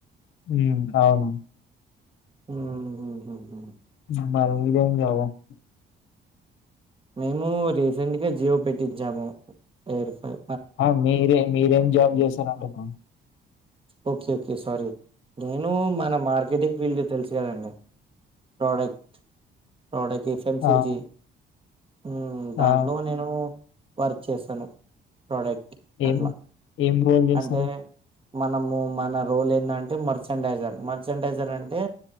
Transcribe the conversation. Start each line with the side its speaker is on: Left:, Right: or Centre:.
Left: ఉమ్ అవును
Right: మ్ మ్ హు హు
Left: <unintelligible>
Right: మేము రీసెంట్ గా జియో పెట్టించాము ఎయిర్ ఫర్
Left: ఆ మీరే మీరేం జాబ్ చేస్తారాంటున్న
Right: ఓకే ఓకే సారీ నేను మన మార్కెటింగ్ ఫీల్డ్ తెలుసుగదండి ప్రోడక్ట్ ప్రోడక్ట్ ఎఫ్ఎంసిజి
Left: ఆ
Right: హు మ్ దాంట్లో
Left: ఆ
Right: నేను వర్క్ చేస్తాను ప్రోడక్ట్
Left: ఏం
Right: అట్లా
Left: ఏం రోల్ చేస్తానవ్
Right: అంటే మనము మన రోల్ ఏందంటే మర్చండైజర్ మర్చండైజర్ అంటే